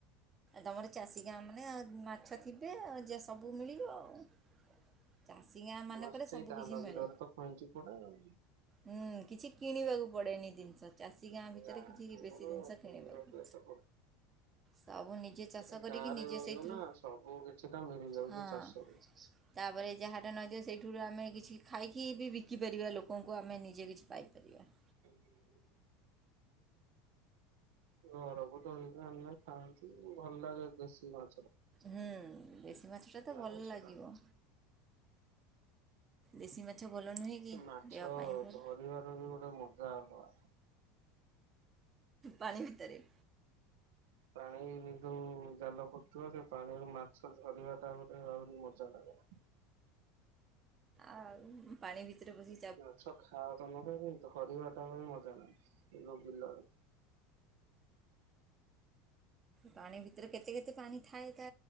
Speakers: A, on the right; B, on the right.
A: ତମର ଚାଷୀ ଗାଁ ମାନେ ଆ ମାଛ ଥିବେ ଆଉ ଯେ ସବୁ ମିଳିବ ଆଉ। ଚାଷୀ ଗାଁ ମାନଙ୍କରେ
B: ଆମର ସେଇ
A: ସବୁ
B: ଧାନ
A: କିଛି ମିଳେ।
B: ବିଲରେ ତ ଖଇଁଚି ପଡେ ଆଉ।
A: ହୁଁ କିଛି କିଣିବାକୁ ପଡ଼େନି ଜିନିଷ ଚାଷୀ ଗାଁ ଭିତରେ
B: ନା
A: କିଛି
B: ଆମର
A: ବେଶୀ ଜିନିଷ କିଣିବାକୁ।
B: ଏତେ
A: ସବୁ ନିଜେ। ଚାଷ
B: ଏ
A: କରିକି
B: ଗାଁ ରେ
A: ନିଜେ
B: ରହନୁ
A: ସେଇଥିରୁ
B: ନା ସବୁ କିଛି ଟା ମିଳି ଯାଉଛି
A: ହଁ।
B: ଚାଷରୁ।
A: ତାପରେ ଯାହାଟା ନଦିଅ ସେଇଠୁାରୁ ଆମେ କିଛି ଖାଇକି ବି ବିକିପାରିବା ଲୋକଙ୍କୁ ଆମେ ନିଜେ କିଛି ପାଇପାରିବା।
B: <inaudible> ଘରକୁ ଧରିକି ଆଣିଲେ ଖାଆନ୍ତି ଭଲ ଲାଗେ। ଦେଶୀ ଭାତ୍
A: ହୁଁ ଦେଶୀ ମାଛ ଟା ତ ଭଲ
B: ମାଛଟା।
A: ଲାଗିବ। ଦେଶୀ ମାଛ ଭଲ ନୁହେଁ। କି
B: ମାଛ
A: ଦେହ ପାଇଁ ଭଲ
B: ଧରିବାର ବି ଗୋଟେ ମଜା ଅଲଗା।
A: ପାଣି ଭିତରେ।
B: ପାଣି କିନ୍ତୁ ଜାଲ ପଡିଥିବ ସେ ପାଣିରୁ ମାଛ ଧଝରିବା ଟା ଗୋଟେ ଆହୁରି ମଜା ଲାଗେ।
A: ଆଉ ପାଣି ଭିତରେ ପଶି
B: ମାଛ ଖାବା ତ ନ ଧରିବା ତା ପାଇଁ ମଜା ନାହିଁ ଏ ଯୋଉ ବିଲରେ।
A: ପାଣି ଭିତରେ କେତେ କେତେ ପାଣି ଥାଏ ତା